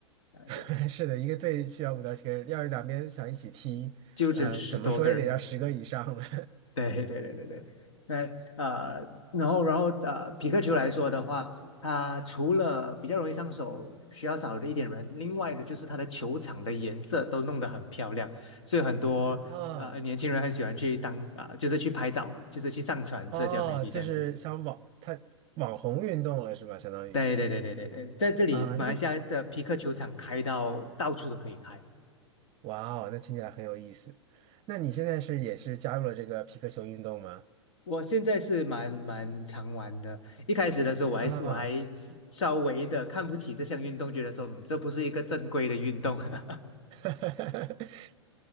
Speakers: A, on the left; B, on the right.
A: 了解，
B: <laughs> 是的，一个队需要五到七个人，要是两边想一起踢，
A: 就整十多个人。
B: 呃，怎么说也得要十个以上了。
A: <laughs> 对对对对对，那呃，然后然后呃，匹克球来说的话，它除了比较容易上手，需要少了一点人，另外的就是它的球场的颜色都弄得很漂亮，所以很多呃年轻人很喜欢去当啊、
B: <laughs> 啊，
A: 呃就是去拍照，就是去上传社交媒体这样子。
B: 哦，就是像网，它网红运动了是吧？相当于是
A: 对对对对对对，在这里马来西亚的匹克球场开到到处都可以开，
B: 啊，那哇哦，那听起来很有意思。那你现在是也是加入了这个皮克球运动吗？
A: 我现在是蛮蛮常玩的。一开始的时候，我还是我还
B: 啊，
A: 稍微的看不起这项运动，觉得说，嗯这不是一个正规的运动。<laughs>
B: <laughs>